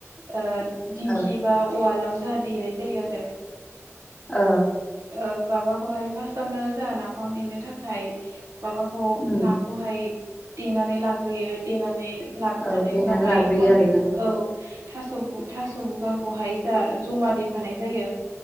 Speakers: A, on the right (about 80°); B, on the left (about 20°).
A: ओ दिंखि
B: औ
A: बा उवालाव जाहा देनाय जायो आरो।
B: ओ
A: ओ माबाखौहाय फार्स्टावनो जाहा नाफाम देनो थाखाय माबाखौ
B: उम
A: नाखौहाय देनानै लाग्रोयो देनानै लाग्रोनानै
B: औ देनानै
A: उनावहाय
B: लाग्रोयो
A: थास
B: आरोना
A: औ थास' थास' बुगाखौहाय जा जमा देफानाय जायो